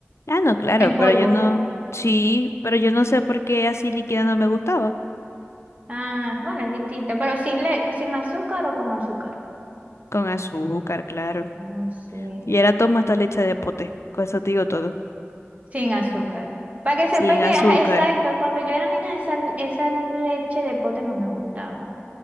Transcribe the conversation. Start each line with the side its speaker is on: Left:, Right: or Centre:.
Left: Ah, no, claro,
Right: en
Left: pero
Right: polvo.
Left: yo no, sí, pero yo no sé por qué así líquida no me gustaba.
Right: Ah, bueno, es distinto, pero sin, le sin azúcar o con azúcar.
Left: Con azúcar, claro.
Right: Ah, sí.
Left: Y ahora tomo esta leche de pote, con eso te digo todo.
Right: Sin azúcar. Para que
Left: Sin
Right: sepáis que,
Left: azúcar.
Right: ajá, exacto, cuando yo era niña esa, esa leche de pote no me gustaba.